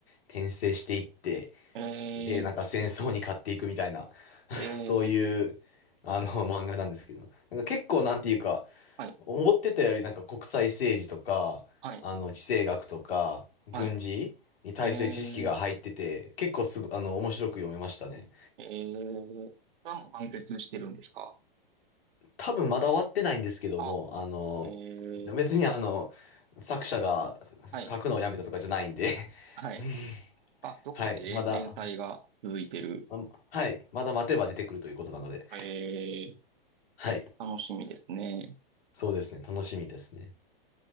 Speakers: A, on the left (about 85°); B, on the right (about 60°).
A: 転生していって、
B: え
A: で、なんか戦争に勝っていくみたいな、
B: ー、えー、
A: そういう、あの、<laughs> 漫画なんですけど、なんか結構なんていうか、
B: はい、
A: 思ってたよりなんか国際政治とか、
B: はい、
A: あの、地政学とか、軍事に対する知識が入ってて、
B: はい、えー、
A: 結構すぐ、あの、面白く読めましたね。
B: えー、これはもう完結してるんですか
A: 多分まだ終わってないんですけども、
B: あ、
A: あの、
B: えー、
A: 別にあの、作者が
B: はい、
A: 書くのをやめたとかじゃないんで
B: はい。
A: <laughs>
B: あ、どっかで連連載が続いてる。
A: はい、まだま、はい。まだ待てば出てくるということなので。
B: え
A: はい。
B: ー、楽しみですね。
A: そうですね。楽しみですね。